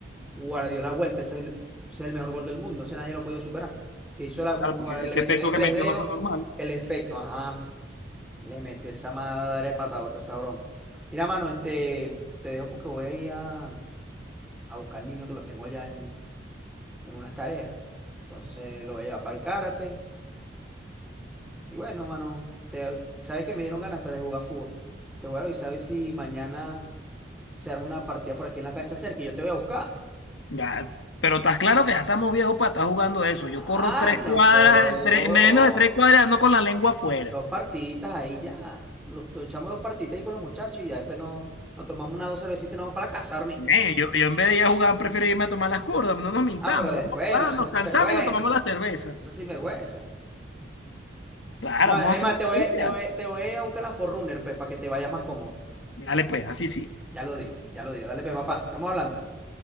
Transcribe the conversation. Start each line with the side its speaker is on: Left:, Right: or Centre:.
Centre: guardió la vuelta, ese es el, ese es el mejor gol del mundo, ese nadie lo ha podido superar. Que hizo la, gua-
Left: claro, porque
Centre: le
Left: ese
Centre: metió
Left: efecto
Centre: de tres
Left: que metió
Centre: dedos
Left: no fue normal.
Centre: el efecto, ajá, le metió esa madre patabota, esa broma. Mira, mano, este, te dejo porque voy a ir a, a buscar al niño que lo tengo allá en, en unas tareas. Entonces lo voy a llevar para el karate. Y bueno, mano, te, sabes que me dieron ganas hasta de jugar fútbol. Te voy a avisar a ver si mañana. se arma una partida por aquí en la cancha cerca y yo te voy a buscar.
Left: Ya, pero estás claro que ya estamos viejos para estar jugando eso.
Centre: Ah,
Left: Yo corro tres
Centre: no,
Left: cuadras,
Centre: pero dos,
Left: tres- menos de tres cuadras ando con la lengua afuera.
Centre: dos partiditas ahí ya. Nos nos echamos dos partiditas ahí con los muchachos y ya después nos, nos tomamos unas dos cervecitas y nos vamos para la casa a dormir.
Left: Men, yo, yo en vez de ir a jugar, prefiero irme a tomar las curvas, no nos mintamos.
Centre: Ah, pero después,
Left: Vamos a jugar,
Centre: no seas
Left: nos
Centre: sinvergüenza,
Left: cansamos y nos tomamos la cerveza.
Centre: no seas sinvergüenza.
Left: Claro,
Centre: Hermano,
Left: vamos
Centre: es
Left: a hacer
Centre: más, te voy,
Left: justicia.
Centre: te voy, te voy a buscar la Forrunner, pues, para que te vayas más cómodo.
Left: Dale pues, así sí.
Centre: Ya lo digo, ya lo digo. Dale, pues, papá, estamos hablando.